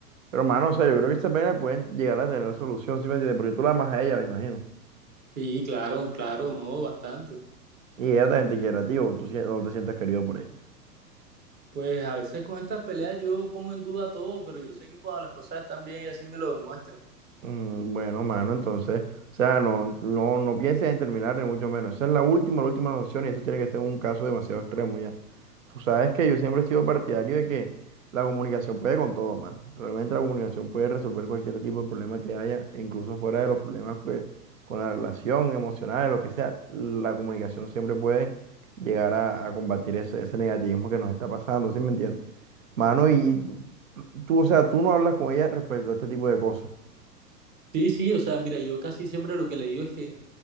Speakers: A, on the right; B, on the right.
A: pero, mano, o sea, yo creo que estas pena pueden llegar a tener solución, ¿sí me entiendes? Porque tú la amas a ella, me imagino.
B: Sí, claro, claro, no, bastante.
A: Y ella también te quiere a ti o tú sien- o te sientas querido por ella.
B: Pues a veces con estas peleas yo pongo en duda todo, pero yo sé que cuando las cosas están bien ella sí me lo demuestra.
A: Mm, bueno, mano, entonces, o sea, no, no, no pienses en terminar ni mucho menos. Esa es la última, la última opción y eso tiene que ser un caso demasiado extremo ya. Tú sabes que yo siempre he sido partidario de que la comunicación puede con todo, mano. Realmente la comunicación puede resolver cualquier tipo de problema que haya, e incluso fuera de los problemas que- con la relación emocional, lo que sea. La comunicación siempre puede llegar a, a combatir ese, ese negativismo que nos está pasando, ¿sí me entiendes? Mano, y tú, tú- o sea, tú no hablas con ella respecto a este tipo de cosas.
B: Sí, sí, o sea, mira, yo casi siempre lo que le digo es que,